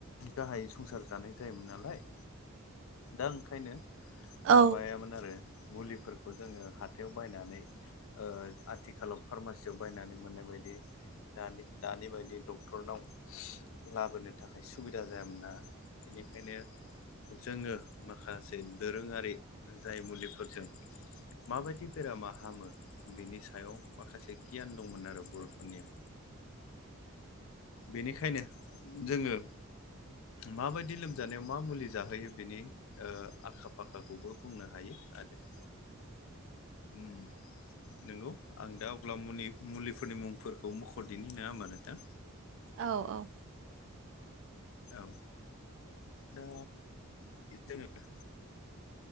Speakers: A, on the left; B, on the right.
A: गाहायै संसार जानाय जायोमोन नालाय दा ओंखायनो
B: औ
A: माबायामोन आरो मुलिफोरखौ बेखौ जोङो हाथायाव बायनानै ओ आथिखालाव फारमासियाव बायनानै मोननाय बायदि दानि दानि बायदि डक्टरनाव लाबोनो थाखाय सुबिदा जायामोन ना? बेनिखायनो जोङो माखासे दोरोङारि जाय मुलिफोरजों मा बायदि बेरामा हामो बेनि सायाव माखासे गियान दंमोन आरो बर'फोरनियाव। बेनिखायनो जोङो मा बायदि लोमजानायाव मा मुलि जाहोयो बेनि ओ आखा फाखाखौबो बुंनो हायो आरो।
B: <inaudible>
A: उम नंगौ आं दा अब्ला मुलिफोरनि मुंफोरखौ मुंख' फरदिनि नङा होमबा नोंथां?
B: औ औ
A: औ दा जोङो <unintelligible>